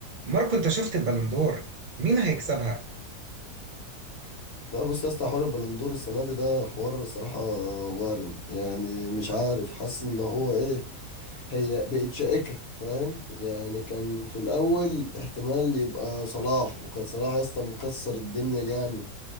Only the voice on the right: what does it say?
ماركو انت شفت البالندور مين هيكسبها